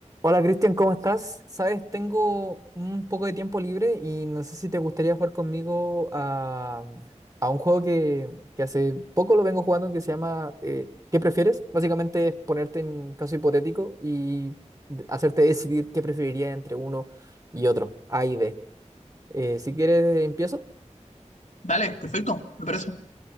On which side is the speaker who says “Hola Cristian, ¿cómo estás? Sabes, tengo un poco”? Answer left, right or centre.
Right